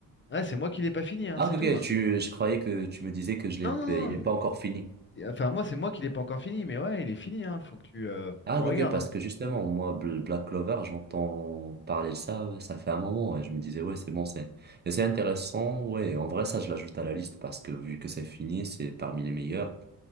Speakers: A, on the left (about 35°); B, on the right (about 30°).
A: Ouais, c'est moi qui l'ai pas fini, hein,
B: Ah,
A: c'est
B: ok,
A: tout.
B: ok, tu, je croyais que tu me disais que je l'ai,
A: Non,
B: pas-
A: non, non.
B: il n'est pas encore fini.
A: Enfin, moi, c'est moi qui l'ai pas encore fini, mais ouais, il est fini, hein. Faut que tu, euh, faut que
B: Ah,
A: tu
B: ok,
A: regardes,
B: ok, parce
A: hein.
B: que justement, moi, Bl- Black Clover, j'entends parler de ça, ouais, ça fait un moment, et je me disais, ouais, c'est bon, c'est, et c'est intéressant, ouais, en vrai, ça, je l'ajoute à la liste parce que vu que c'est fini, c'est parmi les meilleurs.